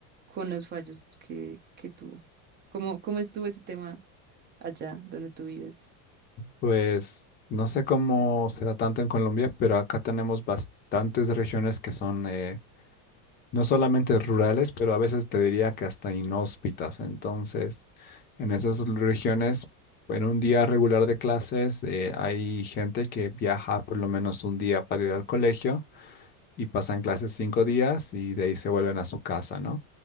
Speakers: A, on the right (about 20°); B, on the left (about 20°).
A: con los fallos que, que tuvo. ¿Cómo, cómo estuvo ese tema allá donde tú vives?
B: Pues no sé cómo será tanto en Colombia, pero acá tenemos bastantes regiones que son eh, no solamente rurales, pero a veces te diría que hasta inhóspitas. Entonces, en esas regiones, en un día regular de clases, eh, hay gente que viaja por lo menos un día para ir al colegio y pasan clases cinco días y de ahí se vuelven a su casa, ¿no?